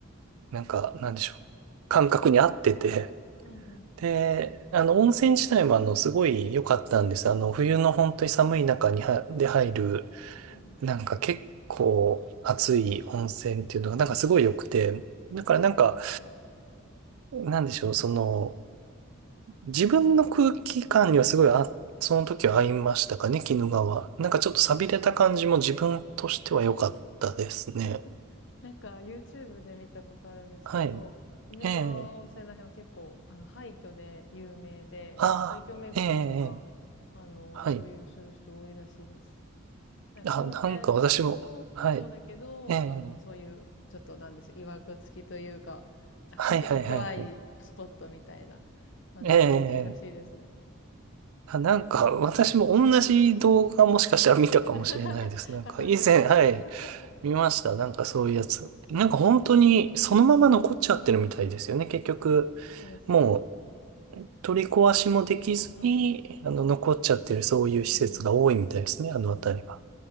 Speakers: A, on the right (about 85°); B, on the left (about 60°).
A: なんか、なんでしょう。感覚に合ってて。
B: うんうん、
A: で、あの、温泉自体もあの、すごい良かったんです。あの、冬の本当に寒い中には、で入る、
B: うんうん、
A: なんか結構熱い温泉っていうのがなんかすごい良くて、
B: うんうん、
A: だからなんか、
B: うん
A: なんでしょう、その、自分の空気感にはすごいあ、その時は合いましたかね、鬼怒川。なんかちょっと寂れた感じも自分としては良かったですね。
B: うん。<laughs> なんか YouTube で見たことあるんですけど、
A: はい。
B: 鬼怒川温泉ら辺は結構、
A: ええ、
B: あの、廃墟で有名で、
A: ああ、
B: 廃墟巡りとか、
A: ええ、ええ
B: あの、
A: はい。
B: そういうする人多いらしいです。なんか温泉地もそうだけど、
A: あ、なんか私も、はい。ええ、
B: あの、そういう、ちょっとなんでしょう曰く付きというか、<laughs>
A: はいはいはいはい。
B: ちょっと怖いスポットみたいな感じで有名らしいですね。
A: ええ、あ、なんか私も同じ動画もしかしたら見たかもしれないです。
B: <laughs>
A: なんか以前、
B: あ、本当ですか。
A: はい。
B: <laughs>
A: 見ました。なんかそういうやつ。なんか本当にそのまま残っちゃってるみたいですよね。
B: うん
A: 結局、
B: そうですね。
A: もう取り壊しもできずに、
B: うんうん。
A: あの、残っちゃってるそういう施設が多いみたいですね。
B: うん
A: あの辺りは。
B: うん。うん。